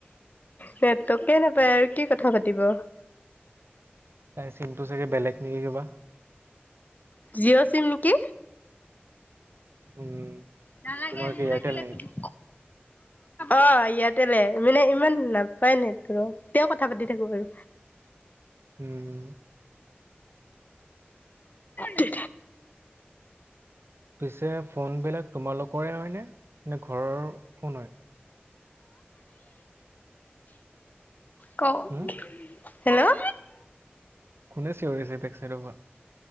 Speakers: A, on the left; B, on the right.
A: নেটকে নাপায় আৰু কি কথা পাতিব
B: তাই চমটো চাগে বেলেগ নেকি কিবা
A: জিঅ চিম নেকি
B: উম
A: নহ লাগে
B: তোমাৰ
A: মু
B: কি এয়াৰটেল
A: ন কলে ফুৰি
B: <inaudible>
A: অ ইয়াতে মানে ইমান নাপায় ন তোৰ তে কথা পাতি থাকো আৰু
B: উম
A: দে
B: পিছে ফোনবিলাক তোমালোকৰে হয়নেে নে ঘৰৰ ফোন হয়
A: কও
B: উম
A: হেল্ল'
B: খোনে চিঞৰিছে চাইডৰ পৰা